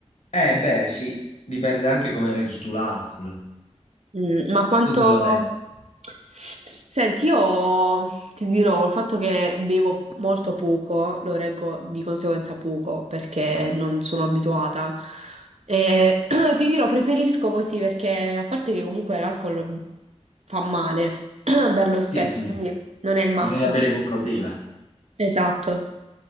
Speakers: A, on the left; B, on the right.
A: Eh beh sì, dipende anche come reggi tu l'alcol.
B: Mm, ma quanto...
A: Tu come lo reggi?
B: Senti, io ti dirò, col fatto che bevo molto poco, lo reggo di conseguenza poco, perché non sono abituata. E <clears throat> ti dirò, preferisco così, perché a parte che comunque l'alcol fa male, <clears throat> berlo spesso,
A: Sì, sì,
B: quindi non è il massimo.
A: bisogna bere con cautela.
B: Esatto.